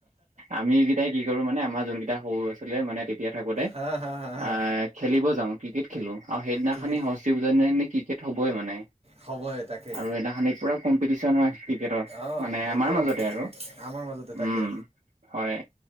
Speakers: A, on the right; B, on the right.
A: আমি কেইটাই কি কৰো মানে আমাৰ যোন কেইটা সৰু আছিলে মানে তেতিয়া থাকোতে
B: হা হা হা হা
A: আহ খেলিব যাওঁ ক্ৰিকেট খেলো আৰু সেইদিনাখনি
B: ক্ৰিকেট
A: সৰস্বতী পূজাৰ দিনাখনে কি ক্ৰিকেট হ'বই মানে।
B: সময় তাকে
A: আৰু এইদিনাখনে পুৰা কম্পিটিশন হয় ক্ৰিকেটৰ
B: অ',
A: মানে
B: একদম।
A: আমাৰ মাজতে আৰু
B: আমাৰ মাজতে তাকে
A: উম, হয়